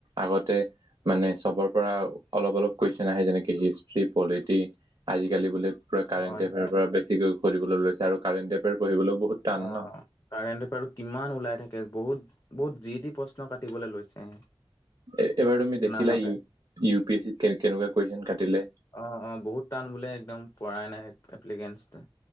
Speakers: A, on the right; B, on the left.
A: আগতে মানে চবৰ পৰা অলপ অলপ কুৱেশ্যন আহে যেনেকে হিষ্ট ষ্ট্ৰী পলিটি, আজিকালি বোলে পুৰা কাৰেণ্ট
B: হয়
A: এফেয়াৰ
B: হয়
A: পৰা বেছ চিকৈ পঢ়িবলৈ লৈছে, আৰু কাৰেণ্ট এফেয়াৰ পঢ়িবলৈও বহুত টান
B: অ'।
A: ন
B: কাৰেণ্ট এফেয়াৰটো কিমান ওলাই থাকে, বহুত বহুত যি-টি প্ৰশ্ন কাটিবলৈ লৈছে।
A: এ-এইবাৰ তুমি দেখিলা
B: শুনামতে
A: ইউ-ইউ পি এছ চিত কে-কেনেকুৱা কুৱেশ্যন কাটিলে?
B: অ', অ', বহুত টান বোলে একদম পৰাই নাই এপ্লিকেঞ্চতে।